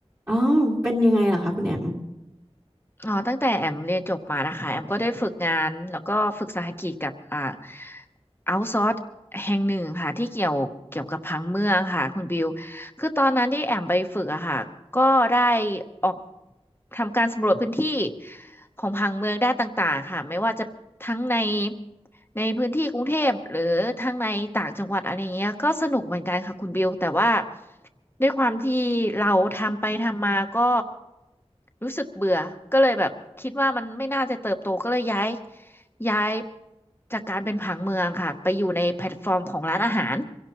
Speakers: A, on the right (about 25°); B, on the left (about 20°).
A: อ๋อเป็นยังไงล่ะคะคุณแอม
B: อ๋อตั้งแต่แอมเรียนจบมานะคะแอมก็ได้ฝึกงานแล้วก็ฝึกสหกิจกับอ่าเอาท์ซอร์แห่งหนึ่งค่ะที่เกี่ยวเกี่ยวกับผังเมืองค่ะคุณบิว คือตอนนั้นที่แอมไปฝึกอะค่ะก็ได้ออกทำการสำรวจพื้นที่ ของผังเมืองด้านต่างๆค่ะไม่ว่าจะทั้งในในพื้นที่กรุงเทพหรือทั้งในต่างจังหวัดอะไรเงี้ยก็สนุกเหมือนกันค่ะคุณบิวแต่ว่าด้วยความที่เราทำไปทำมาก็รู้สึกเบื่อก็เลยแบบคิดว่ามันไม่น่าจะเติบโตก็เลยย้ายย้ายจากการเป็นผังเมืองค่ะไปอยู่ในแพลตฟอร์มของร้านอาหาร